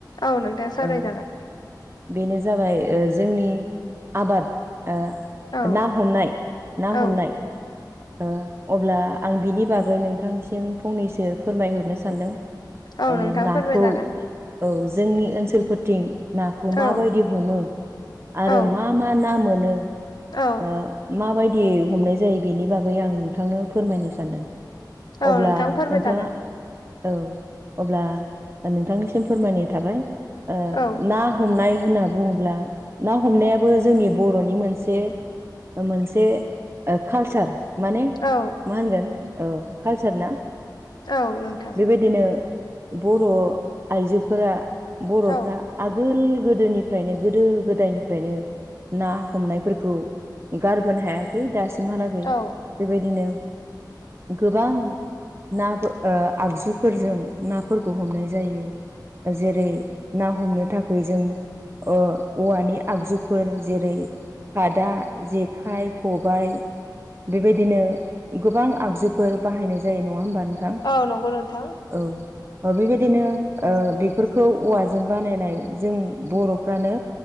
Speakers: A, on the left; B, on the right.
A: औ नोंथां सावरायजागोन।
B: ओ बेनो जाबाय जोंनि आबाद ओ
A: औ
B: ना हमनाय ना
A: औ
B: हमनाय ओ अब्ला आं बिनि बागै नोंथांनिसिम फंनैसो फोरमायहरनो सानदों
A: औ
B: ओ
A: नोंथां
B: नाखौ
A: फोरमायजागोन
B: औ जोंनि ओनसोलफोरथिं नाखौ माबायदि
A: औ
B: हमो आरो
A: औ
B: मा मा ना मोनो
A: औ
B: ओ माबायदि हमनाय जायो बेनि बागै आं नोंथांनो फोरमायनो सानदों
A: औ
B: अब्ला
A: नोंथां फोरमाय
B: नोंथाङा
A: जागोन
B: औ अब्ला नोंथांनिसिम फोरमायनाय थाबाय ओ
A: औ
B: ना ना हमनाय होनना बुङोब्ला ना हमनायाबो जोंनि बर'नि मोनसे मोनसे कालसार माने
A: औ
B: मा होनगोन कालसार ना
A: औ नोंथां
B: बेबायदिनो बर' आइजोफोरा बर'फ्रा
A: औ
B: आगोल गोदोनिफ्रायनो गोदो गोदायनिफ्रायनो ना हमनायफोरखौ गारबोनो हायाखै दासिमहालागै
A: औ
B: बेबायदिनो गोबां ना ओ आगजुफोरजों नाफोरखौ हमनाय जायो जेरै ना हमनो थाखाय जों ओ औवानि आगजुफोर जेरै खादा जेखाइ खबाय बेबायदिनो गोबां आगजुफोर बाहायनाय जायो नङा होमबा नोंथां
A: औ नंगौ नोंथां
B: औ बेबायदिनो ओ बेफोरखौ औवाजों बानायनाय जों बर'फ्रानो